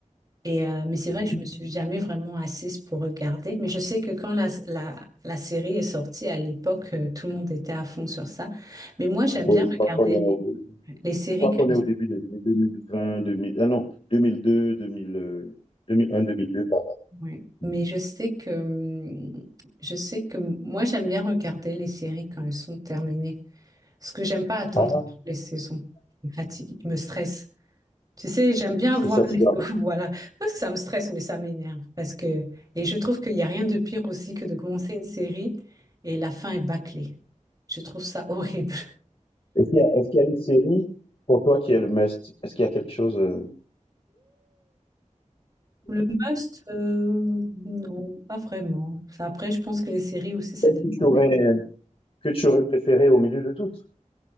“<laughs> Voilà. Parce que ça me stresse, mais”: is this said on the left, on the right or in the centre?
Right